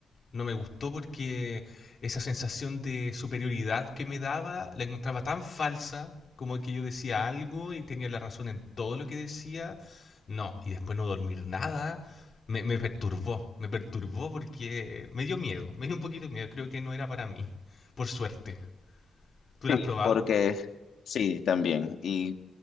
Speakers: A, on the left; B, on the left.
A: No me gustó porque esa sensación de superioridad que me daba la encontraba tan falsa, como que yo decía algo y tenía la razón en todo lo que decía. No, y después no dormir nada. Me, me perturbó, me perturbó porque me dio miedo, me dio un poquito de miedo, creo que no era para mí, por suerte. ¿Tú lo
B: Sí,
A: has probado?
B: porque sí, también. Y